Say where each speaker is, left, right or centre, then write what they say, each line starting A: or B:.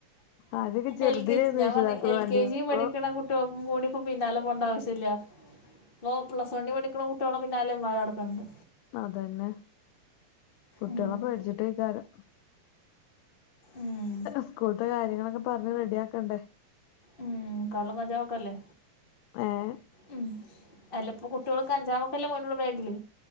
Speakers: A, on the left (about 80°); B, on the left (about 20°).
A: ആദ്യൊക്കെ ചെറുതിലായിരുന്നു
B: എൽ കെ ജി ഞാൻ
A: രക്ഷിതാക്കള്
B: പറഞ്ഞ എൽ
A: വേണ്ടിരുന്നത്
B: കെ ജി
A: ഇപ്പൊ
B: പഠിക്കണ കുട്ട ട്ടും കൂടിപ്പ പിന്നാലേ പോവണ്ട ആവിശ്യല്ലാ ഓൻ പ്ലസ് വണ്ണി പഠിക്കണ കുട്ടികളേ പിന്നാലേം <unintelligible> നടക്കണിണ്ട്
A: അതന്നെ കുട്ട്യാള
B: ഉം.
A: പേടിച്ചിട്ടേക്കാരം
B: ഉം.
A: സ്കൂളത്തെ കാര്യങ്ങളൊക്കെ പറഞ് റെഡിയക്കണ്ടേ
B: ഉം കള്ളും കഞ്ചാവൊക്കല്ലേ
A: ഏഹ്
B: ഉം അല്ലപ്പ കുട്ടികൾക്ക് അഞ്ചാമൊക്കെല്ലേ പോനുള്ള ബാഗില്